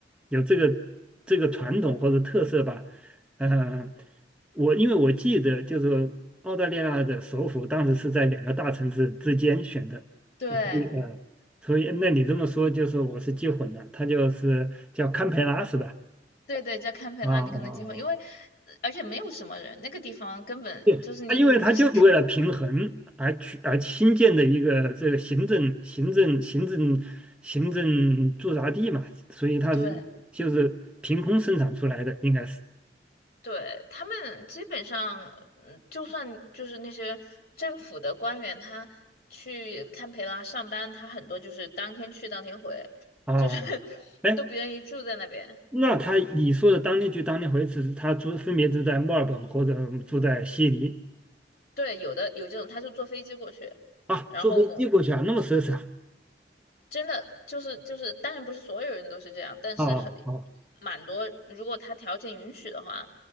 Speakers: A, in the centre; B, on the left.
A: 有这个这个传统或者特色吧，呃，我因为我记得就是说澳大利亚的首府当时是在两个大城市之间选的，
B: 对
A: 呃所以呃，所以那你这么说就是我是记混了，它就是叫堪培拉是吧？
B: 对对，叫堪培拉，
A: 啊啊啊！
B: 你可能机会，因为呃而且没有什么人，那个地方根本就是你就是
A: 对，他因为他就是为了平衡而去而新建的一个这个行政行政行政行政驻扎地嘛，
B: <laughs>
A: 所以它是就是凭空生产出来的，
B: 对
A: 应该是。
B: 对，他们基本上，嗯，就算就是那些政府的官员，他去堪培拉上班，他很多就是当天去当天回，
A: 哦，
B: 就是 <laughs>
A: 哎，
B: 都不愿意住在那边。
A: 那他你说的当天去当天回，只是他住分别住在墨尔本或者住在悉尼
B: 对，有的有这种，他就坐飞机过去，
A: 啊，
B: 然后
A: 坐飞机过去啊，那么奢侈啊？
B: 真的就是就是，当然不是所有人都是这样，但是很
A: 哦哦
B: 蛮多，如果他条件允许的话，